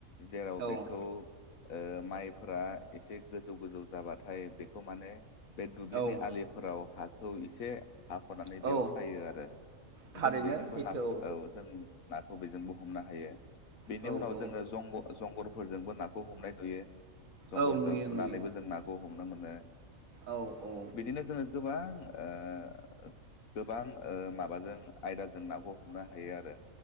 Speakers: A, on the left; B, on the right.
A: जेराव
B: औ
A: बेखौ ओ माइ फोरा एसे गोजौ गोजौ जाबाथाय बेखौ माने बे दुब्लिनि
B: औ
A: आलिफोराव हा खौ एसे हाख'नानै
B: औ
A: बेयाव सायो आरो
B: थारैनो
A: जों बेजोंबो
B: सैथो
A: नाख औ जों नाखौ बेजोंबो हमनो हायो बेनि
B: औ
A: उनाव
B: औ
A: जोङो जग जंगर फोरजोंबो नाखौ हमनाय नुयो जंगरजों
B: औ नुयो
A: सुनानैबो
B: नुयो
A: जों नाखौ हमनो मोनो,
B: औ औ
A: बिदिनो जोङो गोबां ओ, गोबां ओ माबाजों आयदाजों नाखौ हमनो हायो आरो